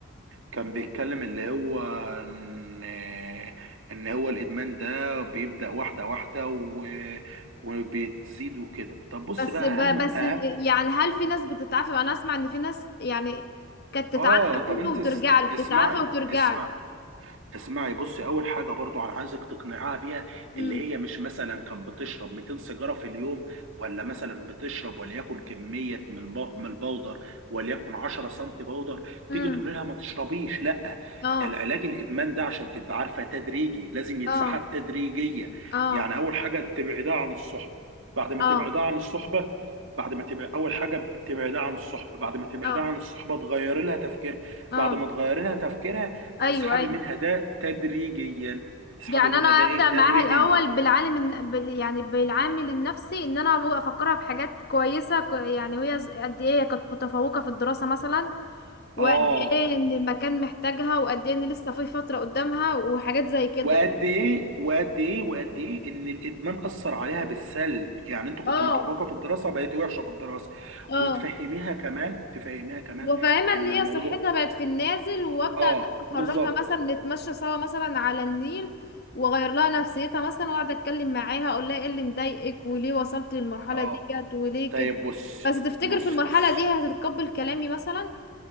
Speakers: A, on the right (about 70°); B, on the left (about 50°).
A: كان بيتكلم اللي هو إن إن هو الإدمان ده بيبدأ واحدة واحدة و... وبتزيد وكده طب بص
B: بس
A: بقى
B: ب-
A: أهم أهم
B: بس يعني هل في ناس بتتعافى انا اسمع ان في ناس يعني كانت تتعافى
A: آه طب
B: منه
A: أنت
B: وترجع
A: اس-
B: له
A: اسمعي
B: تتعافى وترجع
A: اسمعي
B: له
A: اسمعي بصي اول حاجه برضو انا عايزك تقنعها بيها اللي
B: امم
A: هي مش مثلا كان بتشرب 200 سيجاره في اليوم ولا مثلا بتشرب وليكن كميه من الب- من البودر وليكن 10 سم بودر
B: امم
A: تيجي تقول لها ما تشربيش لا
B: اه
A: العلاج الادمان ده عشان تبقى عارفه تدريجي لازم يتسحب
B: اه
A: تدريجيا
B: اه
A: يعني اول حاجه تبعدها عن الصحبه بعد ما
B: اه
A: تبعدها عن الصحبه بعد ما تبعد اول حاجه تبعدها عن الصحبه بعد ما تبعدها
B: اه
A: عن الصحبه تغير لها تفكير
B: اه
A: بعد ما تغير لها تفكيرها
B: ايوه
A: تسحبي
B: ايوه
A: منها ده تدريجيا تسحبي
B: يعني
A: منها
B: انا ابدا
A: ده ايه تدريجيا
B: معاها الاول بالعالم الن- بال... يعني بالعامل النفسي ان انا أبقى افكرها بحاجات كويسه كو- يعني وهي ز- قد ايه هي كانت متفوقه في الدراسه مثلا وقد
A: اه
B: ايه ان المكان محتاجها وقد ايه ان لسه في فتره قدامها وحاجات زي كده
A: وقد ايه وقد ايه وقد ايه ان الادمان اثر عليها بالسلب يعني انت كنت
B: اه
A: متفوقه في الدراسه بقيت وحشه في الدراسه
B: اه
A: وتفهميها كمان تفهميها كمان
B: وفاهمة ان
A: ان
B: هي
A: الموضوع
B: صحتها بقت في النازل وابدأ
A: اه
B: ان انا اخرجها
A: بالظبط
B: مثلا نتمشى سوا مثلا على النيل واغير لها نفسيتها مثلا واقعد اتكلم معاها اقول لها ايه اللي مضايقك وليه وصلت للمرحلة
A: اه
B: ديت وليه
A: طيب
B: كده
A: بصي
B: بس تفتكر
A: بصي
B: في المرحلة
A: بصي
B: دي هتتقبل كلامي مثلا